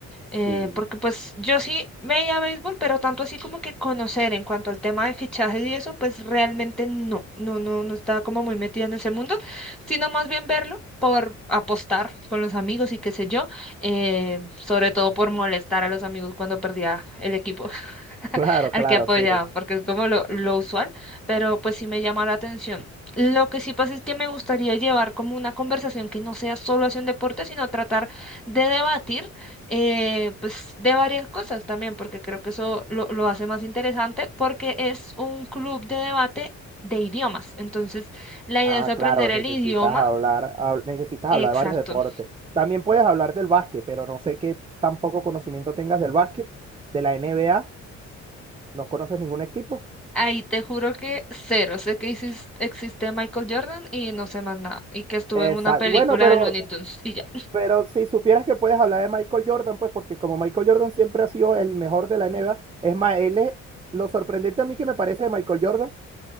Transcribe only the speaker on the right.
Sí.
Claro,
claro,
sí.
Ah,
claro,
necesitas
hablar, hab- necesitas
hablar de varios deportes. También puedes hablar del básquet, pero no sé qué tan poco conocimiento tengas del básquet, de la NBA, no conoces ningún equipo.
Exacto.
Bueno, pero
Pero si supieras que puedes hablar de Michael Jordan, pues porque como Michael Jordan siempre ha sido el mejor de la NBA, es más, él es, lo sorprendente a mí que me parece de Michael Jordan